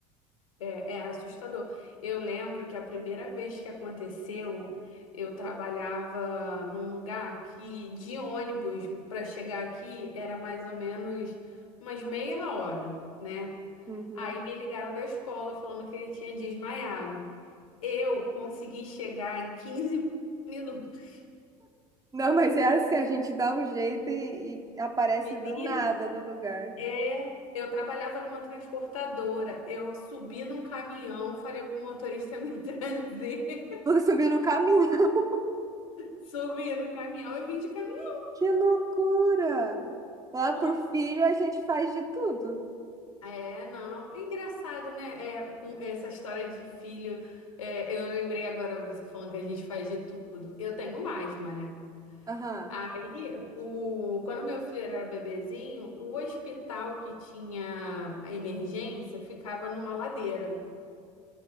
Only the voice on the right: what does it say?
Uhum.
Não, mas é assim, a gente dá um jeito e, e aparece
do nada no lugar.
Você subiu no caminho. <laughs>
Que loucura! Lá
por filho a gente faz de tudo.
Aham.